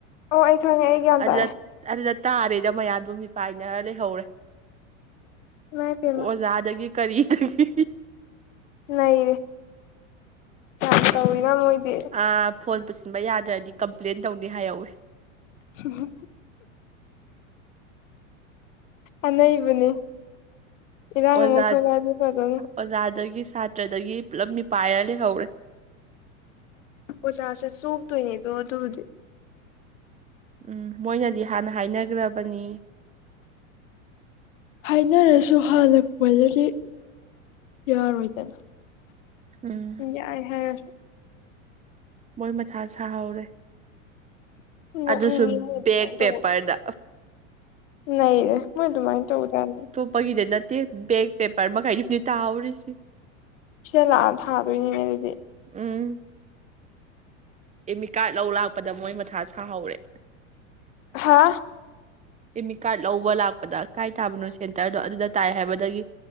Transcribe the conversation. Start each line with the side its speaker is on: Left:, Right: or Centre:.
Left: ꯑꯣ ꯑꯩ ꯈꯪꯉꯦ ꯑꯩ ꯒ꯭ꯌꯥꯟ
Right: ꯑꯗꯨꯗ
Left: ꯇꯥꯔꯦ
Right: ꯑꯗꯨꯗ ꯇꯥꯔꯦꯗ ꯃꯌꯥꯝꯗꯣ ꯃꯤꯄꯥꯏꯅꯔ ꯂꯩꯍꯧꯔꯦ
Left: ꯏꯃꯥꯏ ꯄꯦꯝꯃ
Right: ꯑꯣꯖꯥꯗꯒꯤ ꯀꯔꯤꯗꯒꯤ
Left: ꯅꯩꯔꯦ ꯌꯥꯝ ꯇꯧꯋꯤꯅ ꯃꯣꯏꯗꯤ
Right: ꯑꯥ ꯐꯣꯟ ꯄꯨꯁꯤꯟꯕ ꯌꯥꯗ꯭ꯔꯗꯤ ꯀꯝꯄ꯭ꯂꯦꯟ ꯇꯧꯅꯤ ꯍꯥꯏꯍꯧꯋꯤ
Left: <unintelligible> ꯑꯅꯩꯕꯅꯤ ꯏꯔꯥꯡ
Right: ꯑꯣꯖꯥ
Left: ꯑꯃ ꯊꯣꯛꯂꯑꯗꯤ ꯐꯥꯗꯧꯅꯤ
Right: ꯑꯣꯖꯥꯗꯒꯤ ꯁꯥꯇ꯭ꯔꯗꯒꯤ ꯄꯨꯂꯞ ꯃꯤꯄꯥꯏꯔ ꯂꯩꯍꯧꯔꯦ
Left: ꯑꯣꯖꯥꯁꯄ ꯆꯣꯛꯇꯣꯏꯅꯦꯗꯣ ꯑꯗꯨꯗꯤ
Right: ꯎꯝ ꯃꯣꯏꯅꯗꯤ ꯍꯥꯟꯅ ꯍꯥꯏꯅꯒ꯭ꯔꯕꯅꯤ
Left: ꯍꯥꯏꯅꯔꯁꯨ ꯍꯜꯂꯛꯄꯗꯗꯤ ꯌꯥꯔꯣꯏꯗꯅ
Right: ꯎꯝ
Left: ꯌꯥꯏ ꯍꯥꯏꯔꯁꯨ
Right: ꯃꯣꯏ ꯃꯊꯥ ꯁꯥꯍꯧꯔꯦ
Left: ꯅꯣꯛꯅꯤꯡꯉꯤ
Right: ꯑꯗꯨꯁꯨ
Left: ꯃꯣꯏ ꯑꯗꯨꯃꯥꯏꯅ
Right: ꯕꯦꯛ ꯄꯦꯄꯔꯗ
Left: ꯇꯧꯕꯗꯣ ꯅꯩꯔꯦ ꯃꯣꯏ ꯑꯗꯨꯃꯥꯏꯅ ꯇꯧꯕꯗꯣ ꯌꯥꯝꯅ
Right: ꯄꯒꯤꯗ ꯅꯠꯇꯦ ꯕꯦꯒ ꯄꯦꯄꯔ ꯃꯈꯩꯗꯨꯅꯦ ꯇꯥꯍꯧꯔꯤꯁꯤ
Left: ꯁꯤꯗ ꯂꯥꯛꯑꯒ ꯊꯥꯗꯣꯏꯅꯤꯅꯦ ꯑꯗꯨꯗꯤ
Right: ꯎꯝ ꯑꯦꯃꯤ ꯀꯥꯔꯗ ꯂꯧ ꯂꯥꯛꯄꯗ ꯃꯣꯏ ꯃꯊꯥ ꯁꯥꯍꯧꯔꯦ
Left: ꯍꯥ
Right: ꯑꯦꯃꯤ ꯀꯥꯔꯗ ꯂꯧꯕ ꯂꯥꯛꯄꯗ ꯀꯥꯏ ꯇꯥꯕꯅꯣ ꯁꯦꯟꯇꯔꯗꯣ ꯑꯗꯨꯗ ꯇꯥꯏ ꯍꯥꯏꯕꯗꯒꯤ